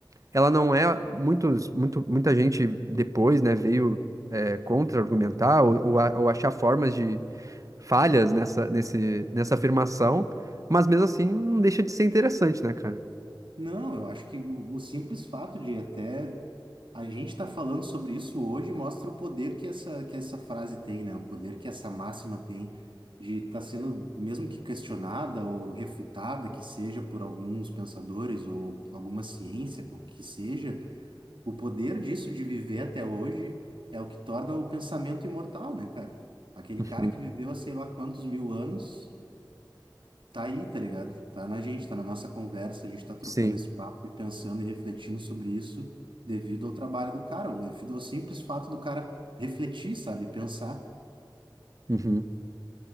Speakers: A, on the right; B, on the right.
A: ela não é muitos, muito, muita gente depois, né, veio é, contra-argumentar ou, ou, a- ou achar formas de falhas nessa, nesse, nessa afirmação, mas mesmo assim não deixa de ser interessante, né, cara?
B: Não, eu acho que o, o simples fato de até a gente estar falando sobre isso hoje mostra o poder que essa, que essa frase tem, né? O poder que essa máxima tem de estar sendo, mesmo que questionada ou refutada, que seja por alguns pensadores ou alguma ciência, qual que seja. O poder disso de viver até hoje é o que torna o pensamento imortal, né, cara? Aquele
A: Uhum.
B: cara que viveu há sei lá quantos mil anos, tá aí, tá ligado? Tá na gente, tá na nossa conversa, a gente tá trocando
A: Sim.
B: esse papo e pensando e refletindo sobre isso devido ao trabalho do cara, ou devido ao simples fato do cara refletir, sabe? Pensar.
A: Uhum.